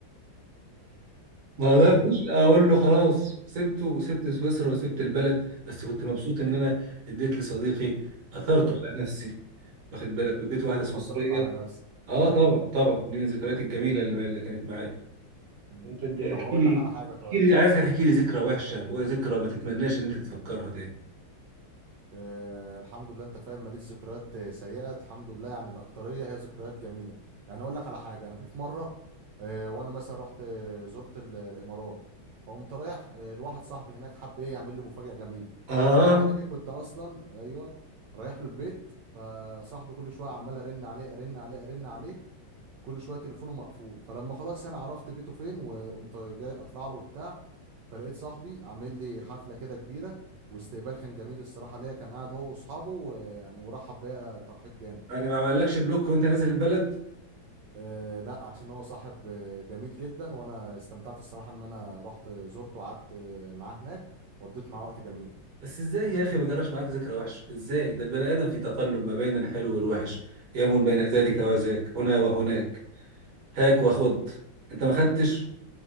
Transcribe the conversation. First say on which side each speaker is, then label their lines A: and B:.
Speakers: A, on the right; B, on the right.
A: ما قدرتش
B: <laughs>
A: اقول له خلاص سبته وسبت سويسرا وسبت البلد بس كنت
B: مم.
A: مبسوط ان انا اديت لصديقي اثرته
B: ايوه
A: على نفسي واخد
B: مم.
A: بالك واديت واحده
B: وفضلت
A: سويسريه
B: على نفسي
A: اه
B: حلو
A: طبعا طبعا دي من الذكريات الجميله اللي اللي كانت معايا
B: مم.
A: انت ادي-
B: طب
A: احكي
B: هقول
A: لي
B: لك على حاجه طيب
A: احكي لي عايز احكي لي ذكرى وحشه وذكرى ما تتمناش ان انت تفكرها تاني
B: آه الحمد لله انت فاهم ماليش ذكريات آه، سيئه الحمد لله يعني الاكتريه هي ذكريات جميله يعني اقول لك على حاجه انا في في مره آه وانا مثلا رحت آه، زرت ال- الامارات فقمت رايح آه لواحد صاحبي هناك حب ايه يعمل لي مفاجاه جميله
A: اه
B: فانا كده كده كنت اصلا ايوه رايح له البيت فصاحبي كل شويه عمال ارن عليه ارن عليه ارن عليه كل شويه تليفونه مقفول فلما خلاص انا عرفت بيته فين وقمت جاي اطلع له وبتاع فلقيت صاحبي عامل لي حفله كده كبيره واستقبال كان جميل الصراحة ليا كان قاعد هو واصحابه ويعني ورحب بيا ترحيب جامد
A: يعني ما عملكش بلوك وانت نازل البلد
B: أه لا عشان هو صاحب آه، جميل جدا وانا استمتعت الصراحة ان انا رحت زرته وقعدت آه، معاه هناك وقضيت معاه وقت جميل
A: بس ازاي يا اخي ما جراش معاك ذكرى وحشه ازاي ده البني ادم في تقلب ما بين الحلو والوحش يمون بين
B: مم.
A: ذلك وذاك هنا وهناك هاك وخد انت ما خدتش